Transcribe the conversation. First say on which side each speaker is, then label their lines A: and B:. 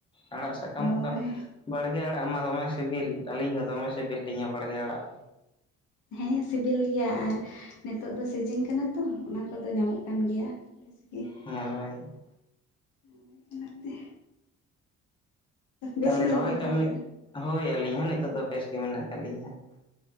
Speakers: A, on the left; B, on the left.
A: ᱟᱲᱟᱜ ᱥᱟᱠᱟᱢ
B: ᱦᱳᱭ
A: ᱦᱚᱸᱛᱚ ᱵᱟᱲᱜᱮ ᱟᱲᱟᱜ ᱢᱟ ᱫᱚᱢᱮ ᱥᱤᱵᱤᱞ ᱟᱹᱞᱤᱧ ᱫᱚᱢᱮ ᱥᱤᱵᱤᱞ ᱞᱤᱧᱟᱹ ᱵᱟᱲᱜᱮ ᱟᱲᱟᱜ
B: ᱦᱮᱸ ᱥᱤᱵᱤᱞ ᱜᱮᱭᱟ ᱟᱨ ᱱᱤᱛᱚᱜ ᱫᱚ ᱥᱤᱡᱤᱱ ᱠᱟᱱᱟ ᱛᱚ ᱚᱱᱟ ᱠᱚᱫᱚ ᱧᱟᱢᱚᱜ ᱠᱟᱱ ᱜᱮᱭᱟ ᱵᱮᱥ ᱜᱮ
A: ᱦᱮᱸ
B: ᱚᱱᱮ ᱚᱱᱟᱛᱮ ᱵᱮᱥ
A: ᱛᱟᱦᱚᱞᱮ
B: ᱜᱮᱭᱟᱯᱮ
A: ᱨᱚᱦᱚᱭ
B: ᱛᱚ
A: ᱠᱟᱹᱢᱤ
B: ᱟᱯᱮ ᱫᱚ
A: ᱦᱳᱭ ᱟᱹᱞᱤᱧ ᱦᱚᱸ ᱱᱤᱛᱚᱜ ᱫᱚ ᱵᱮᱥ ᱜᱮ ᱢᱮᱱᱟᱜ ᱠᱟᱫ ᱞᱤᱧᱟᱦᱟᱸᱜ